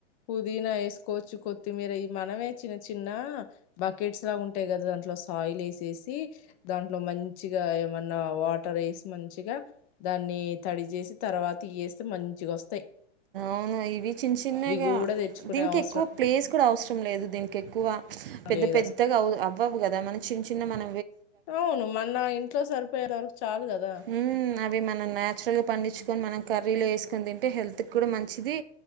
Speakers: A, on the left (about 30°); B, on the right (about 50°).
A: పుదినా వేసుకోవచ్చు కొత్తిమీర ఈ మనమే చిన్న చిన్న బకెట్స్ లా ఉంటాయి కదా దాంట్లో సాయిల్ వేసేసి దాంట్లో మంచిగా ఏమన్నా వా వాటర్ వేసి మంచిగా దాన్ని తడి చేేసి తర్వాత ఇయ్యి ఏస్తే మంచిగా వస్తాయి
B: అవునా ఇవి చిన్న చిన్నగా
A: కూడా తెచ్చుకునే
B: దీనికి
A: అవసరం
B: ఎక్కువ ప్లేస్ అవసరం లేదు దీనికి ఎక్కువ పెద్ద
A: లేదు
B: పెద్దగా
A: అసలు
B: అవ్వవు కదా మన చిన్న చిన్న మన
A: అవును మన్న ఇంట్లో సరిపోయే వరకు చాలు కదా
B: మ్మ్, అవి మనం న్యాచురల్గా పండించుకొని మనం కర్రీలో
A: మ్మ్
B: వేసుకొని తింటే హెల్త్కి కూడా మంచిది